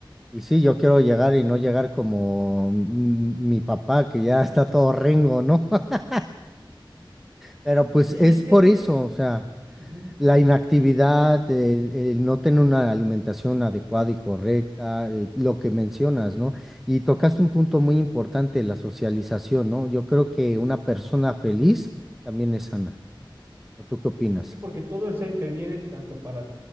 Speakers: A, in the centre; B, on the right (about 25°).
A: Y sí, yo quiero llegar y no llegar como m- mi papá, que ya <laughs> está todo rengo, ¿no? <laughs> Pero pues
B: Sí,
A: es
B: y es que,
A: por eso,
B: eh,
A: o sea,
B: ujú.
A: la inactividad, el, el no tener una alimentación adecuada y correcta, eh, lo que mencionas, ¿no? Y tocaste un punto muy importante, la socialización, ¿no? Yo creo que una persona feliz también es sana. ¿O tú qué opinas?
B: sí, porque todo eso interviene tanto para